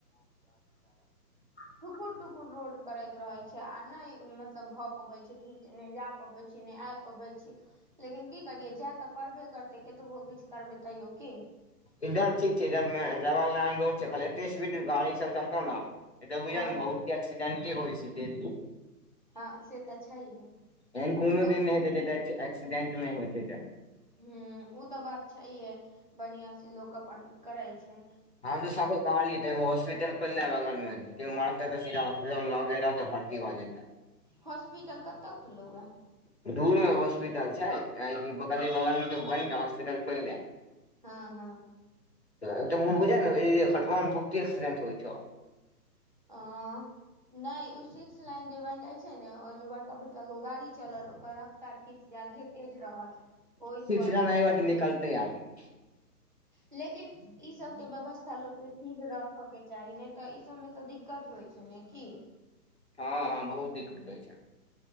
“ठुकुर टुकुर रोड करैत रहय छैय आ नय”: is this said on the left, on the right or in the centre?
Right